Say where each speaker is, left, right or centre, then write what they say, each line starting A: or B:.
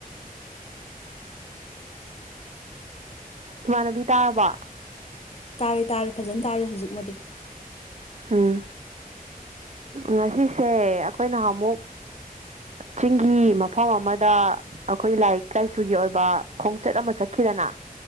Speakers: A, on the right (about 50°); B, on the left (about 45°).
A: ꯏꯃꯥꯟꯅꯕꯤ ꯇꯥꯔꯕ
B: ꯇꯥꯔꯦ ꯇꯥꯔꯦ ꯐꯖꯅ ꯇꯥꯔꯦ ꯍꯧꯖꯤꯛꯃꯗꯤ
A: ꯎꯝ ꯉꯁꯤꯁꯦ ꯑꯩꯈꯣꯏꯅ ꯑꯃꯨꯛ ꯆꯤꯡꯒꯤ ꯃꯐꯝ ꯑꯃꯗ ꯑꯩꯈꯣꯏ ꯂꯥꯏꯔꯤꯛ ꯂꯥꯏꯁꯨꯒꯤ ꯑꯣꯏꯕ ꯈꯣꯡꯆꯠ ꯑꯃ ꯑꯃ ꯆꯠꯈꯤꯗꯅ